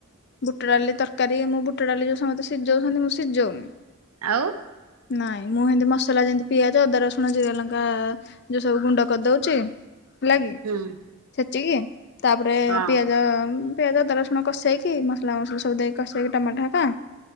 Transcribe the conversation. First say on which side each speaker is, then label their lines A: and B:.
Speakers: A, on the left; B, on the right.
A: ବୁଟ ଡାଲି ତରକାରୀ ମୁଁ ବୁଟ ଡାଲି ଯୋଉ ସମସ୍ତେ ସିଝଉଛନ୍ତି ମୁଁ ସିଝଉନି
B: ଆଉ।
A: ନାଇଁ ମୁଁ ଏମତି ମସଲା ଯେମତି ପିଆଜ ଅଦା ରସୁଣ ଜିରା ଲଙ୍କା ଯୋଉ ସବୁ ଗୁଣ୍ଡ କରିଦଉଛି। ହେଲା କିି
B: ହୁଁ
A: ଛେଚିକି ତାପରେ
B: ହଁ
A: ପିଆଜ ପିଆଜର ଆପଣ କଷେଇକି ମସଲା ମସଲା ସବୁ ଦେଇକି କଷେଇକି ଟମାଟୋକା।